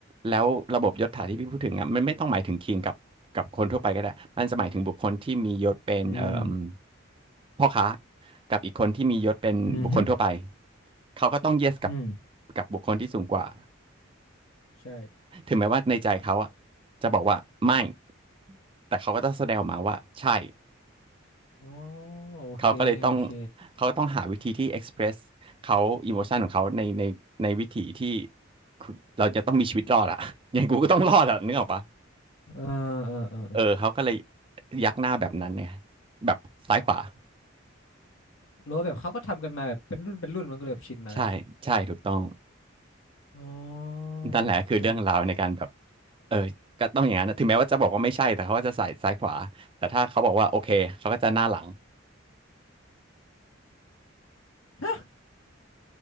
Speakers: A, on the right; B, on the left.
A: แล้วระบบยศถาที่พี่พูดถึงอ่ะมันไม่ต้องหมายถึงคิงกับกับคนทั่วไปก็ได้มันจะหมายถึงบุคคลที่มียศเป็นเอ่ม
B: อืม
A: พ่อค้ากับอีกคนที่มียศเป็นบุคคลทั่วไป
B: อืมอฮอ
A: เขาก็ต้องเยสกับ
B: อืม
A: กับบุคคลที่สูงกว่า
B: ใช่
A: ถึงแม้ว่าในใจเขาอ่ะจะบอกว่าไม่แต่เขาก็ต้องแสดงออกมาว่าใช่
B: อ๋อโอเคโอเค
A: เขาก็เลยต้องเขาต้องหาวิธีที่ express เขาอิโมชันของเขาในในในวิธีที่คือเราจะต้องมีชีวิตรอดอะ <laughs> อย่างกูก็ต้องรอดอะนึกออกปะ
B: เออเออเออเออ
A: เออเขาก็เลยยักหน้าแบบนั้นเนี่ยแบบซ้ายขวา
B: รู้ว่าแบบเขาก็ทำกันมาแบบเป็นรุ่นเป็นรุ่นมันก็เลยแบบชินมาแล้ว
A: ใช่ใช่ถูกต้อง
B: อ๋อ
A: นั่นแหละคือเรื่องราวในการแบบ
B: โอเค
A: เออก็ต้องอย่างนั้นนะถึงแม้ว่าจะบอกว่าไม่ใช่แต่เขาก็จะใส่ซ้ายขวาแต่ถ้าเขาบอกว่าโอเคเขาก็จะหน้าหลัง
B: ฮะ